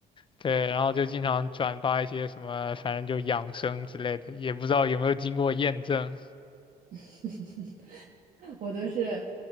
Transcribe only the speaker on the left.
对，然后就经常转发一些什么，反正就养生之类的，也不知道有没有经过验证。